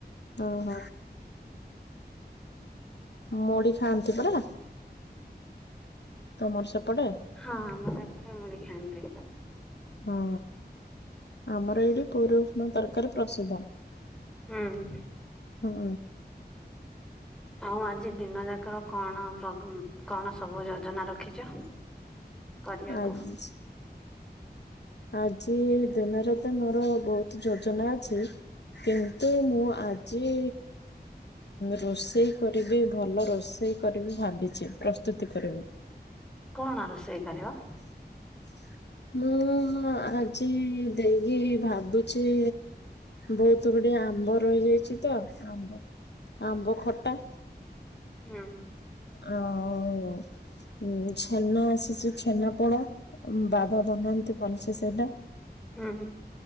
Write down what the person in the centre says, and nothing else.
ହଁ ଆମର ଏପଟେ ମୁଡି ଖାଆନ୍ତି।
ହୁଁ
ଆଉ ଆଜି ଦିନ ଯାକର କଣ କଣ ସବୁ ଯୋଜନା ରଖିଛ? କରିବାକୁ?
କଣ ରୋଷେଇ କରିବ?
ହୁଁ।
ହୁଁ ହୁଁ।